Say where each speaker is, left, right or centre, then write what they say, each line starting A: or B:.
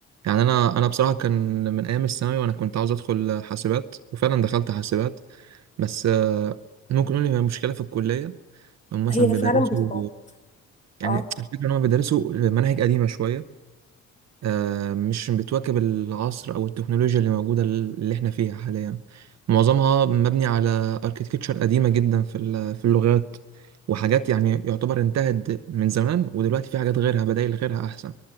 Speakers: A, on the right; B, on the left.
A: يعني انا انا بصراحة كان من ايام الثانوي وانا كنت عاوز ادخل حاسبات وفعلا دخلت حاسبات بس آه، ممكن نقول لي المشكلة في الكلية هم مثلا
B: هي
A: بيدرسوا
B: فعلا بتضاد
A: يعني
B: اه
A: الفكرة ان هم بيدرسوا مناهج قديمة شوية آه، مش بتواكب العصر او التكنولوجيا اللي موجوده اللي احنا فيها حاليا معظمها مبني على اركيتكتشر قديمه جدا في ال- في اللغات وحاجات يعني يعتبر انتهت من زمان ودلوقتي في حاجات غيرها بدائل غيرها احسن